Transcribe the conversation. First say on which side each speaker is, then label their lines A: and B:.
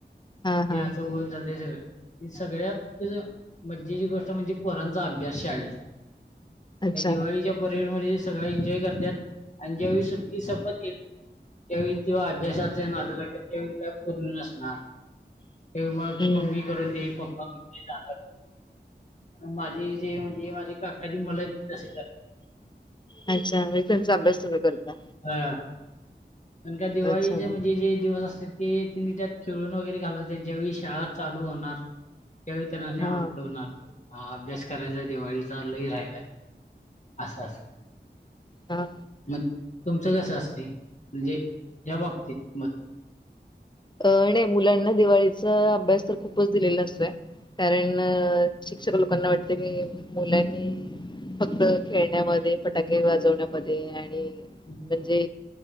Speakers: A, on the left; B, on the left.
A: हां, हां,
B: हे असं
A: हां.
B: होऊन जातय सगळ आणि सगळयांत जसं मज्जेची गोष्ट म्हणजे पोरांचा अभ्यास शाळेचा
A: अच्छा.
B: या दिवाळीच्या परेड मध्ये सगळ एन्जॉय करत्यात आणि ज्यावेळी सुट्टी संपत येईल त्यावेळी तो अभ्यासाच्या नादा लागेल त्यावेळी काही पूर्ण नसणार त्यावेळी मग
A: हं.
B: मम्मी करून दे पप्पा करुन दे ये दादा कर, माझी जी म्हणजे माझी काकाची मुला आहे ती तशी कर
A: अच्छा, म्हणजे त्यांचा अभ्यास तुम्ही करता?
B: आ अन का दिवाळीचे
A: अच्छा.
B: म्हणजे जे दिवस असत्यात ते तिन्ही त्यात खेळून वगैरे घालवत्यात ज्यावेळी शाळा चालू होणार त्यावेळी त्यन्सनी
A: हां,
B: आठवणार, अभ्यास करायचाय दिवाळीचा लय राहीलाय असं असं
A: हां.
B: म तुमचं कसं असते म्हणजे या बाबतीत मत
A: अ नाही मुलांना दिवाळीचा अभ्यास तर खूपच दिलेला असतोय कारण
B: मत
A: शिक्षक लोकांना वाटते की मुलांनी फक्त खेळण्यामध्ये फटाके वाजवण्यामध्ये आणि
B: हम्म
A: म्हणजे